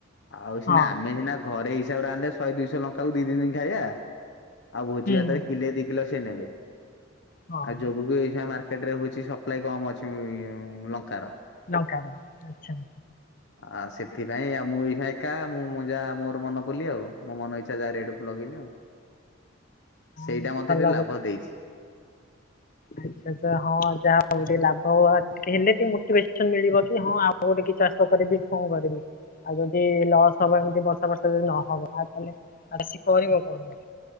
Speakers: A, on the left; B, on the left.
A: ଆଉ ସିନା
B: ହଁ
A: ଆମେ ସିନା ଘରେ ହିସାବରେ ଆଣିଲେ। ଶହେ ଦିଇଶହ ଲଙ୍କାକୁ ଦି ଦ ଦିନ ଖାଇବା ଆଉ ଭୋଜି
B: ହୁଁ
A: ଭାତରେ କିଲେ ଦି କିଲୋ ସେ ନେବେ।
B: ହଁ
A: ଆଉ ଯୋଗକୁ ଏୟ ମାର୍କେଟରେ ହଉଛି ସପ୍ଲାଇ କମ ଅଛି ଲଙ୍କାର।
B: ଲାଙ୍କର ଆଚ୍ଛା।
A: ଆଉ ସେଥିପାଇଁ ଆଉ ମୁଁ ଏଇଁ ଏକା ମୁଁ ଯାହା ମୋର ମନ ପଲି ଆଉ ମୋ ମନ ଇଚ୍ଛା ଯାହା ରେଟ ଲଗେଇଲି ଆଉ।
B: ହଁ
A: ସେଇଟା ମତେ
B: ଭଲ
A: ଟିକେ ଲାଭ ଦେଇଛି।
B: ଆଛା ତ ହଁ ଯାହା ହଉି ଲାଭ ହ ହେଲେ ଟିକେ ମୋଟିଭେସନ ମିଳିବ କି ହଁ ଆଉ ଗୋଟେ କି ଚାଷ କରିବି କଣ କରିବି। ଆଉ ଯଦି ଲସ୍ ହବ ଏମିତି ବର୍ଷା ବର୍ଷା ଯଦି ନହବ ଆ ତାହେଲେ ଆ ସି କରିବ କଣ ପାଇଁ